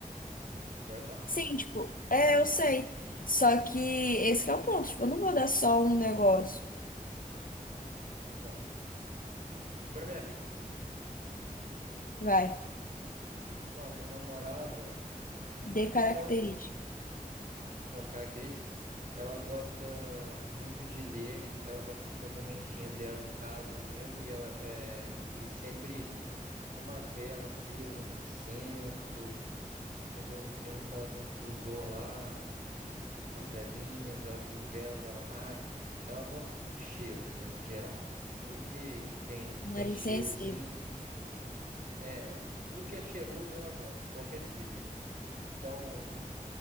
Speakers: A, on the right (about 70°); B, on the left (about 70°).
A: E olha lá.
B: Sim, tipo, é, eu sei. Só que esse que é o ponto. Tipo, eu não vou dar só um negócio.
A: Bom, agora é minha vez.
B: Vai,
A: Ó, minha namorada, hum,
B: dê característica.
A: ela Bom, características. Ela gosta muito de ler, ela gosta de ter um momentinho dela em casa lendo e ela é, e sempre com uma vela acesa, um incenso, entendeu? Tem um, ela tem um difusor lá, com umas velinhas, ela tem velas aromáticas. Ela gosta de cheiros, né, no geral. Tudo que, que tem que
B: Nariz
A: tem cheiro
B: sensível.
A: assim, é, tudo que é cheiroso ela gosta, de qualquer tipo. Então,